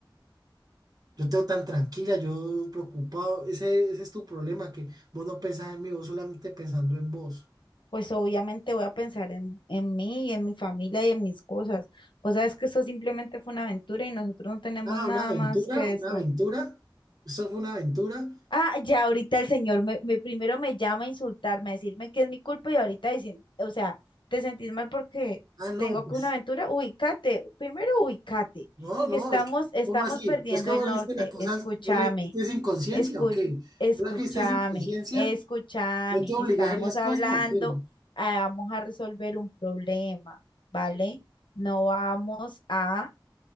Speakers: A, on the right (about 50°); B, on the left (about 75°).
A: Yo te veo tan tranquila, yo preocupado. Ese, ese es tu problema, que vos no pensás en mí, vos solamente pensando en vos.
B: pues obviamente voy a pensar en, en mí y en mi familia y en mis cosas. Pues sabes que esto simplemente fue una aventura y nosotros no tenemos
A: Ah,
B: nada
A: una aventura,
B: más que
A: una
B: esto.
A: aventura. Eso fue una aventura.
B: Ah, ya ahorita el señor me, me- primero me llama a insultarme, a decirme que es mi culpa y ahorita dicen, o sea, te sentís mal porque
A: Ah, no,
B: te digo
A: pues,
B: que es una aventura, ubícate, primero ubícate,
A: no, no,
B: que estamos,
A: es que,
B: estamos
A: ¿cómo así?
B: perdiendo
A: Es que vos
B: el norte,
A: viste las cosas,
B: escúchame,
A: vos las viste sin conciencia,
B: escu-
A: ¿o qué?
B: escúchame,
A: Vos las viste sin conciencia,
B: escúchame,
A: no te obligas
B: estamos
A: a hacer las
B: hablando,
A: cosas, ¿o qué?
B: ah, vamos a resolver un problema, ¿vale? No vamos a,